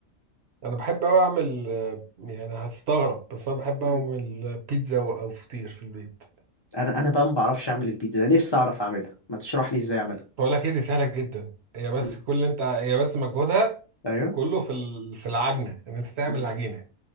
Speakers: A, on the right; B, on the left.
A: انا بحب اوي اعمل آه، يعني هتستغرب بس انا بحب
B: مم.
A: اعمل بيتزا و- او فطير في البيت
B: انا انا بقى ما بعرفش اعمل البيتزا نفسي اعرف اعملها ما تشرح لي ازاي اعملها
A: بقول لك ايه دي سهله جدا هي بس
B: مم.
A: كل اللي انت هي بس مجهودها
B: ايوه
A: كله في ال- في العجنه ان انت تعمل
B: مم.
A: العجينه